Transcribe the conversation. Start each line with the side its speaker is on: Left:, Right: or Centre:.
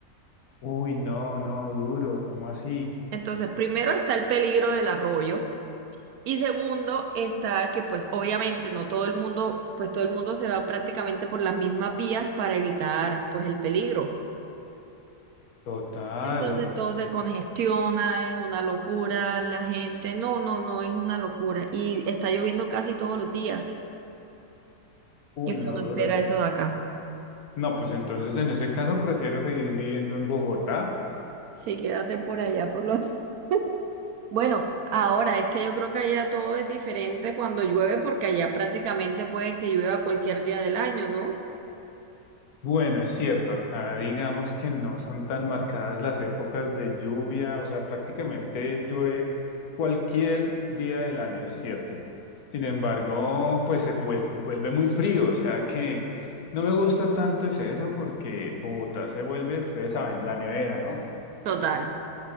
Left: Uy, no, no, duro, ¿cómo así?
Right: Entonces, primero está el peligro del arroyo. Y segundo, está que pues obviamente no todo el mundo, pues todo el mundo se va prácticamente por las mismas vías para evitar pues el peligro.
Left: Total,
Right: Entonces todo se congestiona, es una locura, la gente, no, no, no, es una locura. Y está lloviendo casi todos los días
Left: uy,
Right: y uno
Left: no,
Right: no
Left: duro.
Right: espera eso de acá.
Left: No, pues entonces en ese caso prefiero seguir viviendo en Bogotá.
Right: Sí, quédate por allá, por los... <laughs> Bueno, ahora es que yo creo que allá todo es diferente cuando llueve porque allá prácticamente puede que llueva cualquier día del año, ¿no?
Left: Bueno, es cierto, acá digamos que no son tan marcadas las épocas de lluvia, o sea, prácticamente llueve cualquier día del año, es cierto. Sin embargo, pues se vuel- vuelve, muy frío, o sea que no me gusta tanto es eso porque Bogotá se vuelve, ustedes saben, la nevera, ¿no?
Right: Total.